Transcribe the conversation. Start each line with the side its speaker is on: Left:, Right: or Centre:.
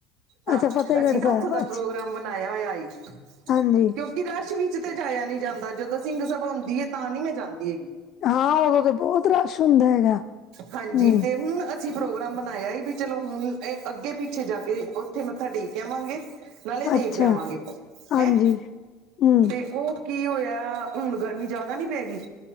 Right: ਹਾਂ,
Left: ਅੱਛਾ ਫਤਿਹਗੜ੍ਹ
Right: ਅਸੀਂ
Left: ਸਾਹਿਬ
Right: ਨਾ ਓਥੋਂ ਦਾ
Left: ਅੱਛਾ
Right: ਪ੍ਰੋਗਰਾਮ ਬਣਾਇਆ ਹੋਇਆ ਹਾਈ।
Left: ਹਾਂਜੀ
Right: ਕਿਉਂਕਿ ਰਸ਼ ਵਿੱਚ ਤੇ ਜਾਇਆ ਨੀ ਜਾਂਦਾ, ਜਦੋਂ ਸਿੰਘ ਸਭਾ ਹੋਂਦੀ ਐ ਤਾਂ ਨੀ ਮੈਂ ਜਾਂਦੀ ਹੈਗੀ।
Left: ਹਾਂ ਓਦੋਂ ਤੇ ਬਹੁਤ ਰਸ਼ ਹੁੰਦਾ ਹੈਗਾ,
Right: ਹਾਂਜੀ
Left: ਹੂੰ।
Right: ਤੇ ਹੁਣ ਅਸੀਂ ਪ੍ਰੋਗਰਾਮ ਬਨਾਇਆ ਈ ਵੀ ਚਲੋ ਹੁਨ ਐ ਅੱਗੇ ਪਿੱਛੇ ਜਾ ਕੇ ਓਥੇ ਮੱਥਾ ਟੇਕ ਆਵਾਂਗੇ। ਨਾਲੇ ਦੇਖ
Left: ਅੱਛਾ
Right: ਆਵਾਂਗੇ,
Left: ਹਾਂਜੀ
Right: ਹੈਂ
Left: ਹੂੰ
Right: ਤੇ ਓ ਕੀ ਹੋਇਆ? ਹੁਨ ਗਰਮੀ ਜਾਦਾ ਨੀ ਪੈ ਗੀ।